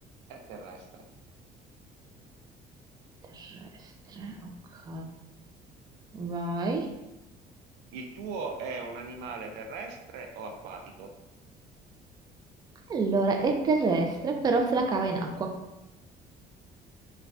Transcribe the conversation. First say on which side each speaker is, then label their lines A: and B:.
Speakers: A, on the right; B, on the right.
A: È terrestre.
B: Terrestre, ok, vai.
A: Il tuo è un animale terrestre o acquatico?
B: Allora, è terrestre, però se la cava in acqua.